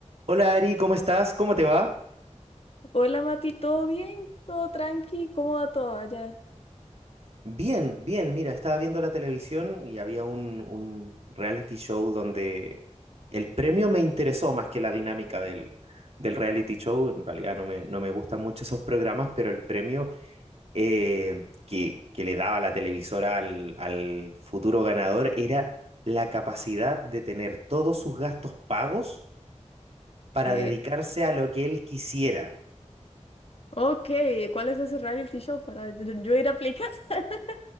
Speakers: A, on the right; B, on the left.
A: Hola Ari, ¿cómo estás? ¿Cómo te va?
B: Hola Mati, ¿todo bien? ¿Todo tranqui? ¿Cómo va todo allá?
A: Bien, bien, mira, estaba viendo la televisión y había un, un reality show donde el premio me interesó más que la dinámica del, del reality show. En realidad no me, no me gustan mucho esos programas, pero el premio eh, que, que le daba la televisora al, al futuro ganador era la capacidad de tener todos sus gastos pagos para
B: Ok,
A: dedicarse a lo que él quisiera.
B: ok, ¿cuál es ese reality show para yo, yo ir a aplicar? <laughs>